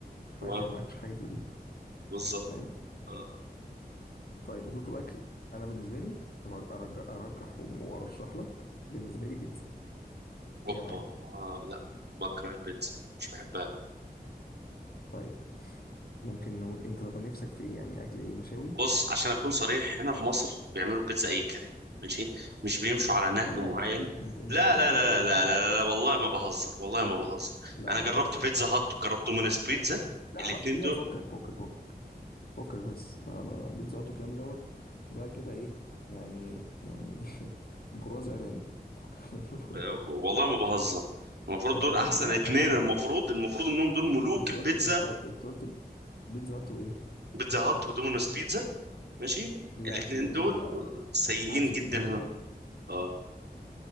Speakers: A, on the left (about 65°); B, on the right (about 80°).
A: شحات
B: ولا
A: يعني معكش حاجه في البيت
B: بالظبط
A: فاهم
B: آه.
A: طيب تطلب اكل انا بالنسبه لي أرج- ارجع ارجح وارشح لك بالنسبه لي بيتزا
B: اوبا
A: جايه معاك
B: آه لا بكره البيتزا مش بحبها
A: طيب ممكن نقول انت طب نفسك في ايه يعني اكل ايه مشاوي
B: بص عشان اكون صريح هنا في مصر بيعملوا البيتزا اي كلام ماشي مش بيمشوا على نهج
A: لا
B: معين
A: يا عم انت انت
B: لا
A: كده
B: لا
A: لا
B: لا
A: لا لا
B: لا لا لا, لا والله ما بهزر والله ما بهزر
A: لا
B: انا
A: لا لا
B: جربت
A: لا
B: بيتزا هات وجربت دومينيز بيتزا
A: لا
B: الاتنين
A: حط فيها
B: دول
A: فكك فكك فكك فكك بس لا لا بقى، بيتزا هات والكلام دوت ده كده ايه يعني يعني <laughs> براز ارانب فكك منه
B: آه، والله ما بهزر
A: <laughs>
B: المفروض
A: يا
B: دول
A: عم
B: احسن
A: لا
B: اتنين
A: <laughs>
B: المفروض المفروض انهم دول ملوك
A: انت
B: البيتزا
A: قلت انت قلت انت قلت بيتزا هات وايه
B: بيتزا هات ودومينيز بيتزا ماشي
A: لا
B: الاتنين
A: دول
B: دول
A: دول لا.
B: سيئين
A: عايز تدوق
B: جدا
A: بيتزا
B: هنا
A: بجد
B: اه